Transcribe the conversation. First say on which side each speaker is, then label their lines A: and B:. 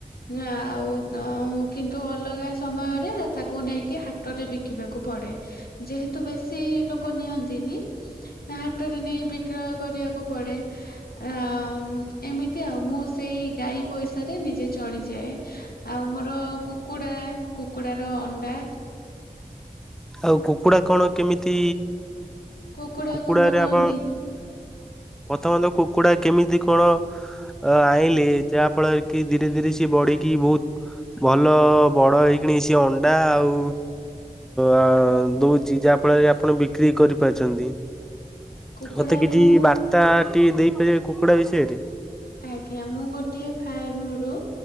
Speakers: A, on the left (about 80°); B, in the centre.
A: ନା ଆଉ କିନ୍ତୁ ଅଲଗା ସମୟରେ ତାକୁ ନେଇକି ହାଟ ରେ ବିକିବାକୁ ପଡେ। ଯେହେତୁ ବେଶୀ ଲୋକ ନିଅନ୍ତି ନି ହାଟରେ ନେଇ ବିକ୍ରୟ କରିବାକୁ ପଡେ ଆ ଏମିତି ଆଉ ମୁଁ ସେଇ ଗାଈ ପଇସାରେ ନିଜେ ଚଳିଯାଏ। ଆଉ ମୋର କୁକୁଡା କୁକୁଡାର ଅଣ୍ଡା।
B: ଆଉ କୁ କୁକୁଡ଼ା କଣ କେମିତି
A: କୁକୁଡାକୁ
B: କି କୁକୁଡା
A: ମୋର
B: ରେ ଆପଣ
A: ନି
B: ପ୍ରଥମତ କୁକୁଡ଼ା କେମିତି କଣ ଆଣିଲେ ଯାହା ଫଳରେ କି ଧୀରେ ଧୀରେ ସିଏ ବଢିକି ବହୁତ ଭଲ ବଡ ହେଇକ ସିଏ ଅଣ୍ଡା ଆଉ ଅ ଦଉଛି ଯାହା ଫଳରେ ଆପଣ ବିକ୍ରି କରିପାରୁଛନ୍ତି।
A: କୁକୁଡା
B: ମତେ କିଛି
A: ମୁଁ
B: ବାର୍ତ୍ତା ଟିକେ ଦେଇପାରିବେ କୁକୁଡ଼ା ବିଷୟରେ?
A: ଆଜ୍ଞା ମୁଁ ଗୋଟଏ ଫାର୍ମରୁ